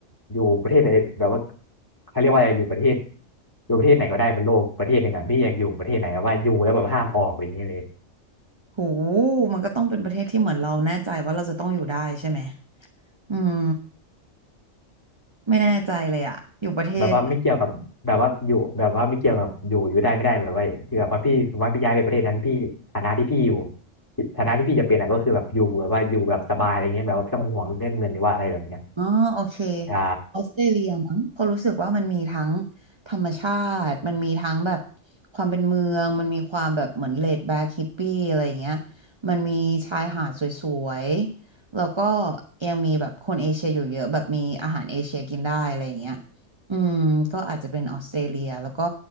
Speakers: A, on the left; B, on the right.
A: อยู่ประเทศใดแบบว่าเขาเรียกว่าอะไรอยู่ประเทศอยู่ประเทศไหนก็ได้บนโลกประเทศหนึ่งอ่ะพี่อยากอยู่ประเทศไหนแบบว่าอยู่แล้วแบบห้ามออกอะไรอย่างเงี้ยเลย
B: โหมันก็ต้องเป็นประเทศที่เหมือนเราแน่ใจว่าเราจะต้องอยู่ได้ใช่ไหมอืมไม่แน่ใจเลยอะอยู่ประเทศไหน
A: แบบว่าไม่เกี่ยวกับแบบว่าอยู่แบบว่าไม่เกี่ยวกับอยู่อยู่ได้ไม่ได้แบบว่าที่แบบว่าพี่สมมติว่าพี่ย้ายไปประเทศนั้นพี่ฐานะที่พี่อยู่ฐานะที่พี่จะเป็นอ่ะก็คือแบบอยู่แบบว่าอยู่แบบสบายอะไรเงี้ยแบบว่าไม่ต้องห่วงเรื่องเงินหรือว่าอะไรแบบเนี้ย
B: อ๋อโอเค
A: ใช่
B: ออสเตรเลียมั้งเพอราะรู้สึกว่ามันมีทั้งธรรมชาติมันมีทั้งแบบความเป็นเมืองมันมีความแบบเหมือนเลดแบ็กฮิปปี้อะไรอย่างเงี้ยมันมีชายหาดสวยๆแล้วก็ยังมีแบบคนเอเชียอยู่เยอะแบบมีอาหารเอเชียกินได้อะไรอย่างเงี้ยอืมก็อาจจะเป็นออสเตรเลียแล้วก็